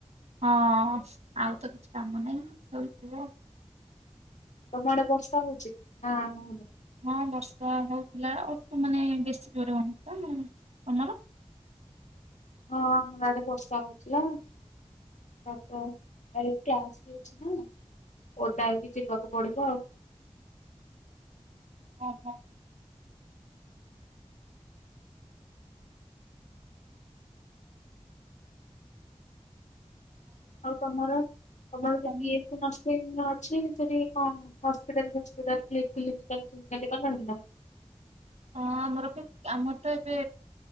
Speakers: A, on the right; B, on the left.
A: ହଁ ଆଉ ତ କିଛି କାମ ନାହିଁ ଶୋଇଥିବ।
B: ତମ ଆଡେ ବର୍ଷା ହଉଚି କି ନା ହଉନି?
A: ହଁ ବର୍ଷା ହଉଥିଲା ଅଳ୍ପ ମାନେ ବେଶୀ ଜୋରେ ହୋଉନଥିଲା। ତମର?
B: ହଁ ଆମର ଆଡେ ବର୍ଷା ହଉଥିଲା। ଆପ ଆରେ କ୍ଲାସ୍ ବି ଅଛି ନା କଣ? ଓଦା ହେଇକି ଯିବାକୁ ପଡିବ ଆଉ।
A: ଓ ହୋ।
B: ଆଉ ତମର ତମର
A: ତମ
B: ଯ <unintelligible> ନଷ୍ଟ ହେଇନି ଅଛି? ସେଠୀ କଣ ହସ୍ପିଟାଲ ଫାସ୍ପିଟାଲ କ୍ଲି କିଲିନ୍ ଚେକ୍ ଚାକ୍ କଲଣି ନା?
A: ହଁ ଆମର ବି ଆମର ତ ଏବେ